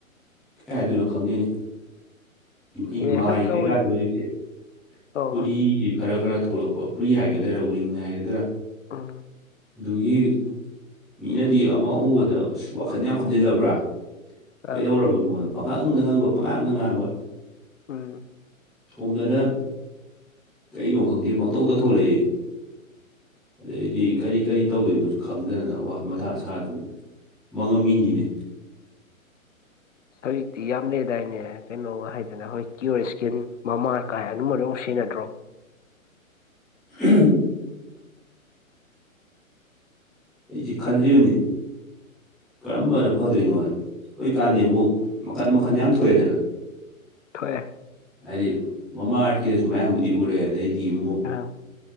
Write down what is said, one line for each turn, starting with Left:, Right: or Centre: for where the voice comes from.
Centre: ꯀꯩ ꯍꯥꯏꯗꯨꯅꯣ ꯈꯪꯗꯅꯤ ꯑꯩ
Left: ꯑꯦ
Centre: ꯃꯥꯏ
Left: ꯁꯨꯝ ꯅꯧ
Centre: ꯀꯩꯀꯥꯁꯦ ꯍꯧꯖꯤꯛꯁꯦ
Left: ꯑꯣ
Centre: ꯐꯨꯔꯤꯁꯦ ꯈꯔ ꯈꯔ ꯊꯣꯛꯂꯛꯄ ꯐꯨꯔꯤ ꯍꯥꯏꯒꯗꯥ ꯗꯔ ꯎꯔꯤꯉ ꯍꯥꯏꯒꯗ꯭ꯔꯥ
Left: ꯎꯝ
Centre: ꯑꯗꯨꯒꯤ ꯃꯤꯅꯗꯤ ꯑꯃ ꯎꯎꯕꯗ ꯋꯥꯈꯜ ꯌꯥꯝ ꯈꯟꯖꯤꯜꯂꯕ꯭ꯔꯥ
Left: ꯑꯪ
Centre: ꯀꯩꯗꯧꯔꯕꯅꯣꯗ ꯄꯪꯈꯪꯗ ꯉꯪꯕ ꯄꯪꯉꯥꯡꯗ ꯉꯥꯡꯕ
Left: ꯎꯝ
Centre: ꯁꯣꯝꯗꯅ ꯀꯩꯅꯣ ꯈꯪꯗꯦ ꯄꯪꯇꯧꯗ ꯊꯣꯛꯂꯛꯏ ꯑꯗꯗꯤ ꯀꯔꯤ ꯀꯔꯤ ꯇꯧꯗꯣꯏꯅꯣꯁꯨ ꯈꯪꯗꯗꯅ ꯋꯥ ꯃꯊꯥ ꯁꯥꯗꯅ ꯃꯥꯡꯉꯝꯃꯤꯅꯤꯅꯦ
Left: ꯍꯧꯖꯤꯛꯇꯤ ꯌꯥꯝ ꯂꯩꯔꯗꯥꯏꯅꯦ ꯀꯩꯅꯣ ꯍꯥꯏꯗꯅ ꯍꯣꯏ ꯀ꯭ ꯑꯔ ꯏꯁꯀꯦꯟ ꯃꯃꯥ ꯀꯥꯏ ꯑꯗꯨꯝꯕ ꯑꯗꯨꯝ ꯁꯦꯟꯅꯗ꯭ꯔꯣ
Centre: ꯎ ꯑꯩꯁꯤ ꯈꯜꯂꯤꯕꯅꯤ ꯀꯔꯝꯕꯅ ꯐꯗꯣꯏꯅꯣꯅ ꯍꯧꯖꯤꯛꯀꯥꯟꯗꯤ ꯑꯃꯨꯛ ꯃꯈꯟ ꯃꯈꯟ ꯌꯥꯝ ꯊꯣꯛꯑꯦꯗꯅ
Left: ꯊꯣꯛꯑꯦ
Centre: ꯍꯥꯏꯗꯤ ꯃꯃꯥ ꯑꯥꯔꯠꯀꯤꯗꯁꯨ ꯃꯌꯥꯝꯕꯨꯗꯤ ꯎꯔꯦ ꯑꯗꯩꯗꯤ ꯑꯃꯨꯛ
Left: ꯎꯝ